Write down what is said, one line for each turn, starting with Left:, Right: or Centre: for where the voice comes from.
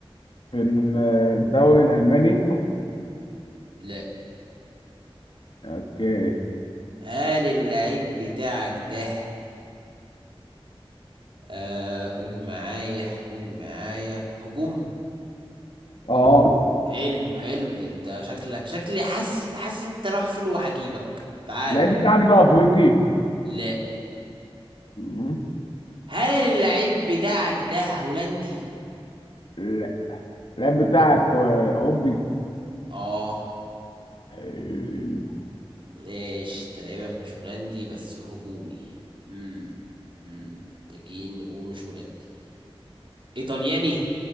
Left: في الدوري الالماني
Right: لا
Left: اوكي
Right: هل اللعيب بتاعك ده آه قول معايا قول معايا هجوم
Left: اه
Right: حلو حلو ده انت شكلك شكلي حاسس حاسس انت رايح فين وهجيبك تعالى
Left: اللعيب بتاعك ده افريقي
Right: لا
Left: مم.
Right: هل اللعيب بتاعك ده هولندي؟
Left: لا اللعيب بتاعك آه، اوروبي
Right: اه
Left: حلو.
Right: ايش تلاعبك مش هولندي بس هجومي امم امم تجين ومش هولندي ايطالياني